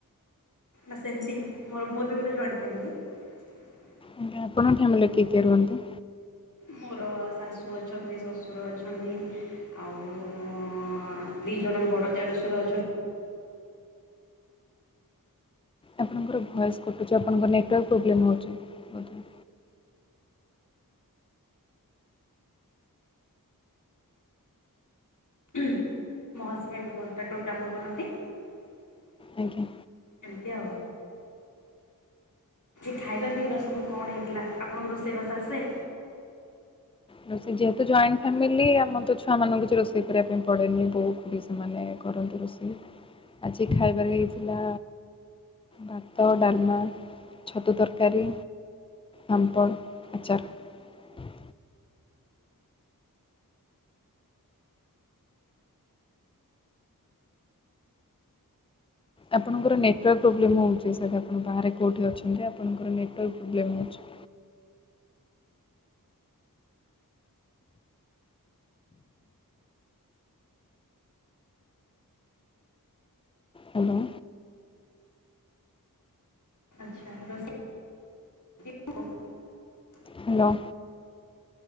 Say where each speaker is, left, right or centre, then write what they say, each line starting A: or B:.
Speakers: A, on the left (about 60°); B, on the left (about 15°).
A: ନା ସେମିତି ମୋ ମୋର ବି ଗୋଟେ ଜଏଣ୍ଟ ଫ୍ୟାମିଲି ।
B: ଆଜ୍ଞା, ଆପଣଙ୍କ ଫ୍ୟାମିଲିରେ କିଏ କିଏ ରୁହନ୍ତି?
A: ମୋର ଶାଶୁ ଅଛନ୍ତି, ଶଶୂର ଅଛନ୍ତି ଆଉ ଦି ଜଣ ବଡ ଦେଡଶୂର ଅଛନ୍ତି ।
B: ଆପଣଙ୍କର ଭଏସ୍ କଟୁଛି ଆପଣଙ୍କର ନେଟୱାର୍କ ପ୍ରୋବ୍ଲେମ୍ ହେଉଛି ବୋଧେ
A: ମୋ ହଜବ୍ୟଣ୍ଡ କଣ୍ଟ୍ରାକ୍ଟ୍ର କାମ କରନ୍ତି ।
B: ଆଜ୍ଞା।
A: ଏମିତି ଆଉ ଖାଇବା ପିଇବା ସବୁ କଣ ହେଇଥିଲା? ଆପଣଙ୍କ ରୋଷେଇବାସ ଆସେ
B: ରୋଷେଇ ଯେହେତୁ ଜଏଣ୍ଟ ଫ୍ୟାମିଲି ଆମର ତ ଛୁଆ ମାନଙ୍କୁ କିଛି ରୋଷେଇ କରିବା ପାଇଁ ପଡ଼େନି ବହୁତ ବି ସେମାନେ କରନ୍ତି ରୋଷେଇ ଆଜି ଖାଇବାରେ ହେଇଥିଲା ଭାତ ଡାଲମା ଛତୁ ତରକାରୀ ପାମ୍ପଡ ଆଚାର ଆପଣଙ୍କର ନେଟୱାର୍କ ପ୍ରୋବ୍ଲେମ୍ ହେଉଛି ସାଏଦ ଆପଣ ବାହାରେ କେଉଁଠି ଅଛନ୍ତି ଆପଣଙ୍କର ନେଟୱାର୍କ ପ୍ରୋବ୍ଲେମ୍ ହେଉଛି ହେଲୋ
A: ଆଚ୍ଛା ରଷେଇ ଦେଖ <inaudible>
B: ହ୍ୟାଲୋ